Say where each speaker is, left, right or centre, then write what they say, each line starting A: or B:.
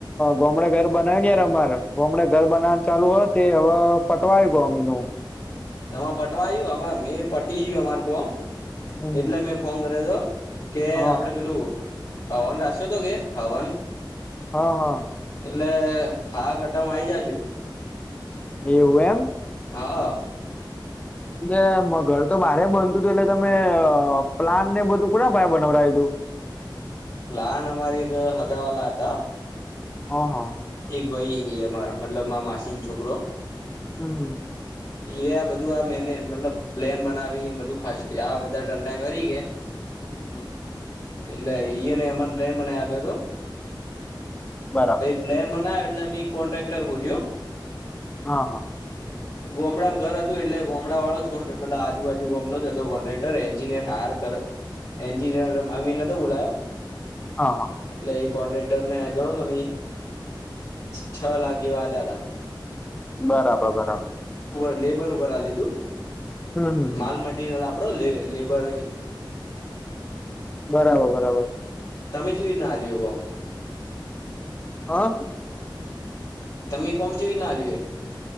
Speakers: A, on the left (about 15°); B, on the left (about 35°).
A: ગમડે ઘર બનાવી ને યાર અમારે ગમડે ઘર બનાવવા ચાલુ હોય તે હવે પટવાય ગો અમીનુંું.
B: એમાં પટવા આવું મેં પટી ગયું અમાર કોમ
A: હમ
B: એટલે મેં ફોન કર્યો હતો. કે
A: હા
B: આપડે પેલું હવન રા્યો તો કે હવન.
A: હા હા.
B: એટલે હા કટમાં આ આવી જાજુ.
A: એવું એમ.
B: હા.
A: એટલે ઘર તો મારે બનતું હતું એટલે તમે પ્લાન ને બધું કોુના પાઈ બનવડય હતું.
B: પ્લાન અમારે એક હગા વાલા હતા
A: હ હ.
B: એક ભાઈ અમા મતલબ માં માસીન છોકરો.
A: હમ હા.
B: એ આ બધું આ મેને મતલબ પ્લેન બનાવીને બધું ખ આ બધા ટંટા કરી કે.
A: હમ હમ.
B: એટલે ઈને એમાંને પ્લેન બનાલ તોું.
A: બરાબર
B: પ પ્લેન બનાવ એટલે અમે કોન્ટ્રાક્ટર હ જોું.
A: હા હા.
B: ગોમડામાં ઘર હતું એટલે ગામમડા વાળો જ કો મતલ આજુબજુ ગમ ન હતો કોન્ટ્રકર એન્જિનિયર હાર એન્ અમીન નતો બોલાયો
A: હા હા.
B: એટલે એ કોન્ટ્રાક્ટર ને ગણો ન છ લાખ જેવા હલ્યા તા.
A: બરાબર બરાબર.
B: લેબર લીધું
A: હમ હમ હમ
B: માલ મરયલ આપડો લેબર.
A: બરાબર બરાબર.
B: તમી ચેવી ના <unintelligible>
A: હા.
B: તમે કોમ ચેવી રીતના આંલુ એ.